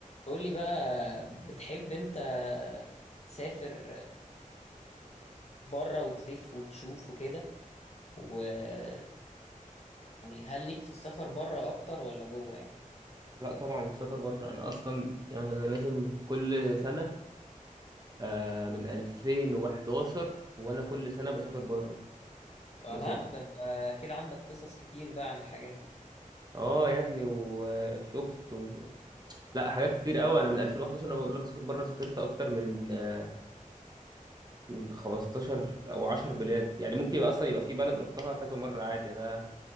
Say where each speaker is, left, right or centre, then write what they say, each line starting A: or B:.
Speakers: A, on the left; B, on the right.
A: قولي بقى بتحب انت تسافر بره وتلف وتشوف وكده ويعني هل ليك في السفر بره اكتر ولا جوه يعني
B: لا طبعا السفر بره انا اصلا يعني انا لازم كل سنه آه من 2011 وانا كل سنه بسافر بره
A: اها
B: بسافر
A: ده انت كده عندك قصص كتير بقى عن الحاجات دي
B: اه يا ابني وشفت و... لا حاجات كتير قوي انا من 2011 انا بقول لك سافر بره سافرت اكتر من آه، من 15 او 10 بلاد يعني ممكن يبقى اصلا يبقى في بلد رحتها كذا مره عادي انا